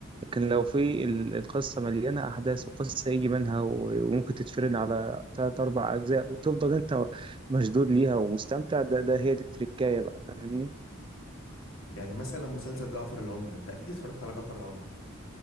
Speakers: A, on the right; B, on the left.
A: لكن لو في ال- القصة مليانة أحداث وقصة يجي منها و- وممكن تتفرن على تلات أربع أجزاء وتفضل أنت مشدود ليها ومستمتع ده, ده هي دي التركاية بقى فاهمني؟
B: يعني مثلا مسلسل جعفر العمدة انت اكيد اتفرجت على جعفر العمدة